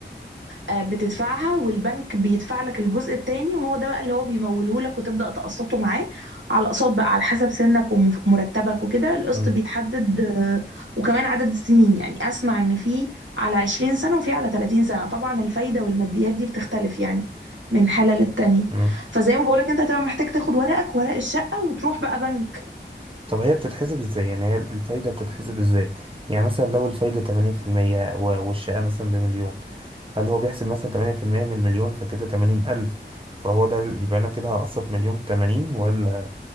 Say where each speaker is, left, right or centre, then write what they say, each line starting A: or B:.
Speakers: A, on the right; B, on the right.
A: آه، بتدفعها والبنك بيدفع لك الجزء التاني وهو ده بقى اللي هو بيموله لك وتبدأ تقسطه معاه على اقساط بقى على حسب سنك ومرتبك وكده القسط
B: امم
A: بيتحدد آه، وكمان عدد السنين يعني اسمع ان في على 20 سنة وفي على 30 سنة طبعا الفايدة والماديات دي بتختلف يعني من حالة للتانية
B: امم
A: فزي ما بقولك انت هتبقى محتاج تاخد ورقك ورق الشقة وتروح بقى بنك
B: طب هي بتتحسب ازاي يعني هي الفايده بتتحسب ازاي يعني مثلا لو الفايده 8% و- والشقه مثلا بمليون هل هو بيحسب مثلا 8% من المليون فكده 80000 فهو ده ال- يبقى انا كده هقسط مليون 80 ولا